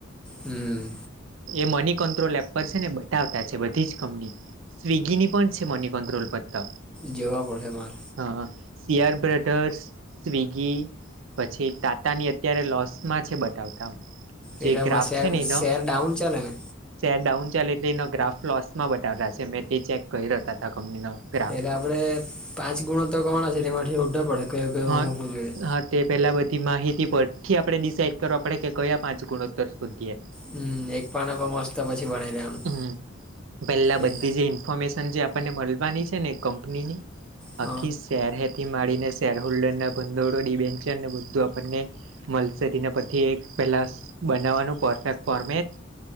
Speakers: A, in the centre; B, on the right.
A: હમ્મ.
B: એ મની કંટ્રોલ એપ પર છે ને બતાવતા છે બધી જ કંપની. સ્વિગીની પણ છે મની કંન્ટ્રોલ પર તો.
A: જેવા પડ હે માર.
B: હ હ સીઆર બ્રદર્સ, સ્વિગી પછી ટાટાની અત્યારે લોસમાં છે બતાવતા. જે
A: એટલે એમાં
B: ગ્રાફ
A: શેર,
B: છે ને એનો
A: શેર ડાઉન ચાલે ને?
B: શેર ડાઉન ચાલે એટલે એના ગ્રાફ લોસમાં બતાાવતા છે મેં તે ચેક કરી રહતા ત કંપનીનો. ગ્રાફ
A: એટલે આપડે પાંચ ગુણો તો કમાના છે એટલે એ માંથી ઓડૉ પડે. કયો કયો
B: હ અ
A: હું હું જોઈ
B: હા તે પેલા બધી માહિતી પરથી આપડણે ડિસાઇડ કરવો પડે કે કયા પાંચ ગુણોત્તર શોધીએ.
A: હમ એક પાના પર મસ્ત પછી બનાવી લેવાનું
B: હમ્મ, પેલા
A: એક
B: બધી જે ઇન્ફોર્મેશ જે આપને મળવાની છે ને કંનીની
A: હ
B: આખી શેર હેતી માડીને શેર હોલ્ડરના ભંદોડો ની બેન છે ને બધું આપણને મળશે તેને પર થી એક પહેલાં બનાવવાનું પરફેક્ટ ફોર્મેટ